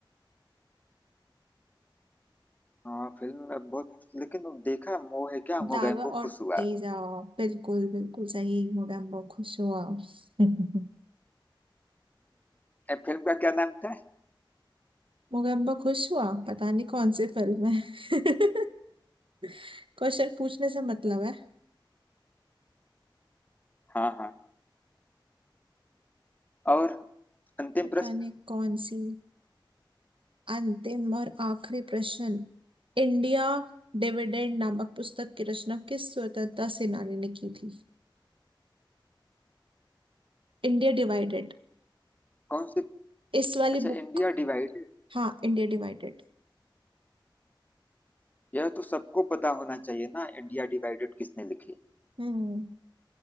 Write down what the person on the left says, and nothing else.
हाँ फिल्म में बहुत लेकिन अब देखा मोह है क्या मोगैम्बो
खुश हुआ
ए, फिल्म का क्या नाम था
हाँ हाँ और अंतिम
प्रश्न
कौन सी
अच्छा
इंडिया डिवाइडेड
यह तो सबको पता होना चाहिए ना इंडिया डिवाइडेड किसने लिखी